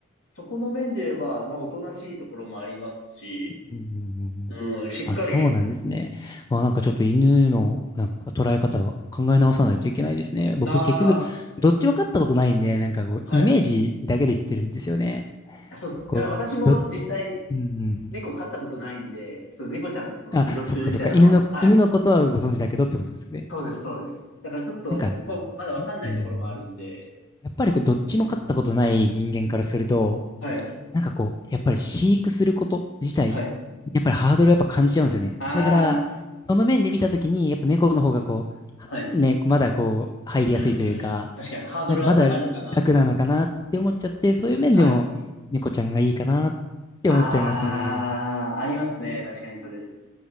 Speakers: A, on the left; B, on the left.
A: そこの面で言えば、まあ、おとなしいところもありますし、
B: うんうんうんうんあ、
A: うん、しっかり、
B: そうなんですね。あ、なんかちょっと犬のなんか捉え方考え直さないといけないですね。僕結局どっちも飼ったことないんで、
A: な
B: なんかこうイメージだけで言ってるんですよね。
A: あ、はい。あそうっす。
B: こう、
A: いや、私も実際、
B: どっち、うんうん。
A: 猫飼ったことないんで、その猫ちゃんのその魅力みたいなのは、
B: あ、そっかそっか。犬の、
A: はい。
B: 犬のことはご存知だけどってことですね。
A: そうです、そうです。だからちょっと、
B: なんか、
A: こうまだわかんないところもあるんで、
B: いうん、やっぱりこうどっちも飼ったことない人間からすると、
A: はい、
B: なんかこう、やっぱり飼育すること自体、
A: はい。
B: やっぱりハードルをやっぱ感じちゃうんですよね。
A: あ
B: だから、その面で見たときに、やっぱ猫の方がこ
A: あ、はい。
B: う、ね、まだこう、入りやすいというか、
A: うん、うん。確かに、ハードルは下がるかな、
B: なんかまだ楽なのかなって思っちゃって、
A: みたいな。
B: そういう面でも猫ちゃんがいいかなって思っちゃいますね。
A: はい。ああ、ありますね。確かに、それ。